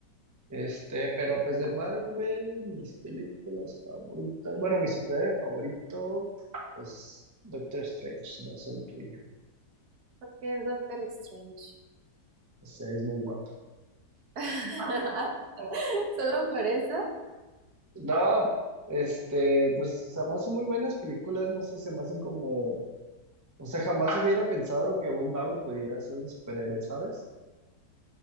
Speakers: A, on the right; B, on the right.
A: Este, pero pues de Marvel, mis películas favoritas. Bueno, mi superhéroe favorito es Doctor Strange, no es el tuyo.
B: Porque es Doctor Strange.
A: Ese es muy guapo.
B: <laughs> Solo por eso,
A: No, este, pues además son muy buenas películas, no sé, se me hacen como. O sea, jamás hubiera pensado que un mago pudiera ser un superhéroe, ¿sabes?